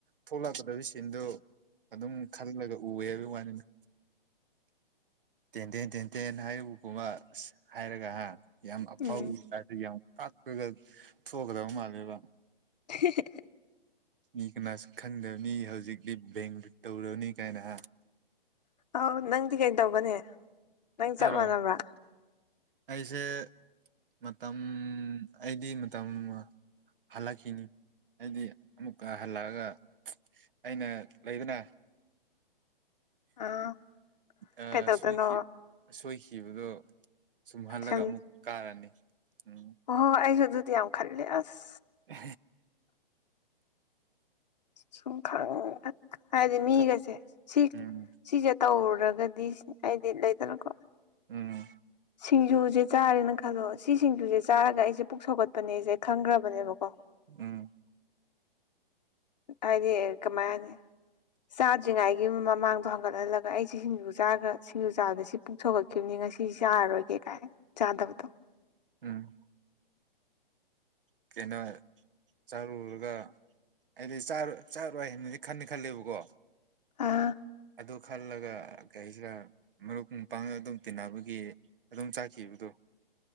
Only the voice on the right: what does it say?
ꯊꯣꯛꯂꯛꯀꯗꯕ ꯁꯤꯟꯗꯨ ꯑꯗꯨꯝ ꯈꯜꯂꯒ ꯎꯋꯦ ꯍꯥꯏꯕꯩ ꯋꯥꯅꯤꯗ ꯇꯦꯟꯗꯦꯟ ꯇꯦꯟꯗꯦꯟ ꯍꯥꯏꯔꯤꯕꯒꯨꯝꯕ ꯑꯁ ꯍꯥꯏꯔꯒ ꯌꯥꯝ ꯑꯐꯧꯒꯤ
ꯇꯥꯏꯞꯇ ꯌꯥꯝ ꯀꯥꯞꯔꯒ ꯊꯣꯛꯀꯗꯕ ꯃꯥꯜꯂꯦꯕ
ꯃꯤ ꯀꯅꯥꯁꯨ ꯈꯪꯗꯕ ꯃꯤ ꯍꯧꯖꯤꯛꯇꯤ ꯕꯦꯡꯗꯨ ꯇꯧꯔꯅꯤ ꯀꯥꯏꯅ ꯍꯥ
ꯍꯥꯏꯔꯣ
ꯑꯩꯁꯦ ꯃꯇꯝ ꯑꯩꯗꯤ ꯃꯇꯝ꯫ ꯍꯜꯂꯛꯈꯤꯅꯤ ꯍꯥꯏꯗꯤ ꯑꯃꯨꯛꯀ ꯍꯜꯂꯛꯑꯒ ꯑꯩꯅ ꯂꯩꯗꯅ꯫
ꯑꯥ
ꯁꫭꯏꯈꯤ ꯁꯣꯏꯈꯤꯕꯗꯣ꯫ ꯁꯨꯝꯍꯜꯂꯒ
ꯑꯃꯨꯛ ꯀꯥꯔꯅꯤ ꯎꯝ꯫
꯫
ꯈꯛ
ꯎꯝ
ꯎꯝ
ꯎꯝ
ꯇꯥꯕ ꯉꯝꯗꯕ
ꯎꯝ ꯀꯩꯅꯣ ꯆꯥꯔꯨꯔꯒ ꯑꯩꯗꯤ ꯆꯥꯔꯣ ꯆꯥꯔꯣꯏ ꯍꯥꯏꯅꯗꯤ ꯈꯟꯗꯤ ꯈꯜꯂꯦꯕꯀꯣ
ꯑꯗꯨ ꯈꯜꯂꯒ ꯀꯩꯍꯥꯏꯁꯤꯔꯥ ꯃꯔꯨꯞ ꯃꯄꯥꯡ ꯑꯗꯨꯝ ꯇꯤꯟꯅꯕꯒꯤ ꯑꯗꯨꯝ ꯆꯥꯈꯤꯕꯗꯨ